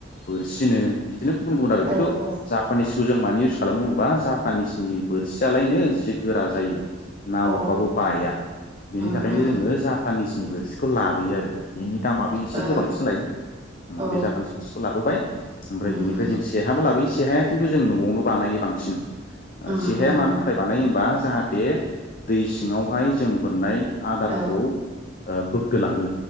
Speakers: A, on the left; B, on the right.
A: बोरसिनो बिदि बिदिनो गुबुन गुबुन आरो
B: औ
A: खिथु
B: औ
A: जापानिस खौ जों मानो इउस खालामोबा जापानिसनि बोरसियालायनो जि गोरा जायो ना
B: अ
A: हरबाबो बाया बेनि
B: उम
A: थाखायनो
B: उम
A: जोङो जापानिस बिनि बोरसिखौ लाबोयो आरो बेनि दामाबो एसे
B: ओ
A: गोबांसिन लायो
B: औ
A: बे जाफानिस लाबोबाय ओमफ्राय
B: उम
A: बिनिफ्राय
B: उम
A: जों सेहाबो लाबोयो सेहाया खिन्थु जों न'आवनो बानायो बांसिन
B: उम
A: सेहाया
B: उम
A: मानो
B: उम
A: थाखाय बानायो होनबा जाहाथे दै सिङावहाय जों बोननाय आदारखौ
B: औ
A: बोगदोलाङो